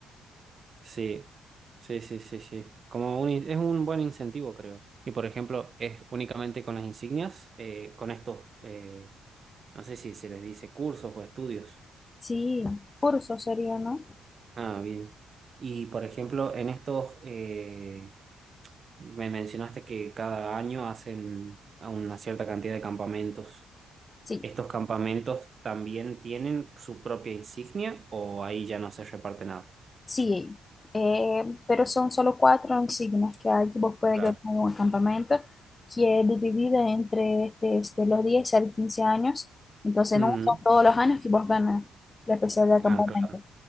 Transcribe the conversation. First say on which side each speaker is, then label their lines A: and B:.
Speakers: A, on the right; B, on the left.
A: Sí, Sí, sí, sí, sí. Como un, in- es un buen incentivo, creo. Y por ejemplo, es únicamente con las insignias, eh, con estos, eh, no sé si se les dice cursos o estudios.
B: sí, curso sería, ¿no?
A: Ah, bien. Y por ejemplo, en estos, eh, me mencionaste que cada año hacen a una cierta cantidad de campamentos.
B: Sí,
A: ¿Estos campamentos también tienen su propia insignia o ahí ya no se reparte nada?
B: sí. Eh, pero son solo cuatro insignias que hay que vos puedes
A: Claro.
B: ganar en un campamento, que es dividida entre este, este, los 10 al 15 años. Entonces
A: Ujú.
B: no son todos los años que vos ganas la especialidad de campamento.
A: Ah, claro,